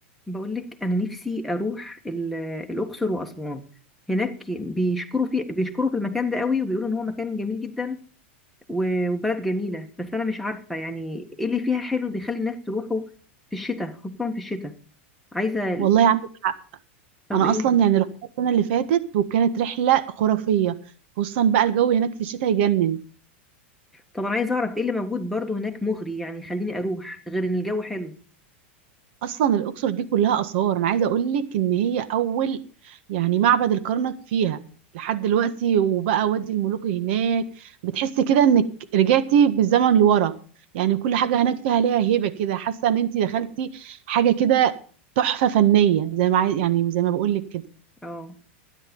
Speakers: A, in the centre; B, on the right.
A: بقولك أنا نفسي أروح ال- الأقصر وأسوان هناك بيشكروا في بيشكروا في المكان ده قوي وبيقولوا إن هو مكان جميل جدا و- وبلد جميلة بس أنا مش عارفة يعني إيه اللي فيها حلو بيخلي الناس تروحوا في الشتاء خصوصا في الشتاء عايزة
B: والله عندك حق
A: طب
B: انا
A: إيه
B: اصلا يعني رحت السنه اللي فاتت وكانت رحله خرافيه خصوصا بقى الجو هناك في الشتاء يجنن
A: طب أنا عايزة أعرف إيه اللي موجود برضو هناك مغري يعني يخليني أروح غير إن الجو حلو
B: اصلا الاقصر دي كلها اثار انا عايزه اقول لك ان هي اول يعني معبد الكرنك فيها لحد دلوقتي وبقى وادي الملوك هناك بتحسي كده انك رجعتي بالزمن لورا يعني كل حاجه هناك فيها ليها هيبه كده حاسه ان انت دخلتي حاجه كده تحفه فنيه زي ما عايز يعني زي ما بقول لك كده
A: أه